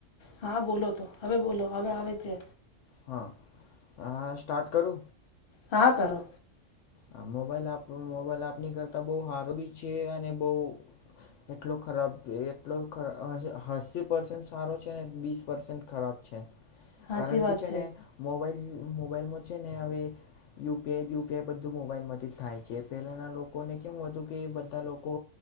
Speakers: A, on the left (about 50°); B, on the left (about 75°).
A: હા બોલો તો હવે બોલો હવે આવે છે.
B: હા હ સ્ટાર્ટ કરુ
A: હા કરો
B: આ મોબાઈલ આપ મોબાઈલ આપની કરતા બહ હાર બી છે, અને બહ એટલો ખરાબ એટલો અસી પસેન્ટ સારો છે ને બીસ પસેન્ટ ખરાબ છે.
A: સાચી
B: કારણ
A: વાત
B: કે છે ને મોબાઈલ મોબાઈલમાં છેને, હવે યુપીઆઈ બુપીઈ બ બું મોબાઈલમાંથી જ થાય છે, પહેલાના લોકોને કેમું હતું કે બધા લોકો